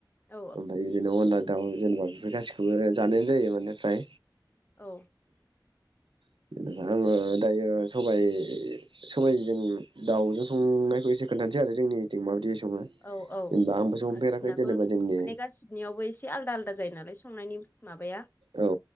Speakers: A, on the left; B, on the right.
A: औ
B: ओमफ्राय बिदिनो अनला दाउ जेनेबा बेफोर गासिखौबो जानायानो जायो माने फ्राय
A: औ
B: <unintelligible> ङो दायो सबइ सबायजों दाउजों संनायखौ एसे खोन्थानोै आरो जोंनिथिं माबायदि सङो
A: औ औ
B: जेनेबा आंबो संफेराखै
A: गासिनिनाबो
B: जेनेबा
A: माने
B: जोंनि
A: गासिनियावबो एसे आलदा आलादा जायो नामा संनायनि माबाया
B: औ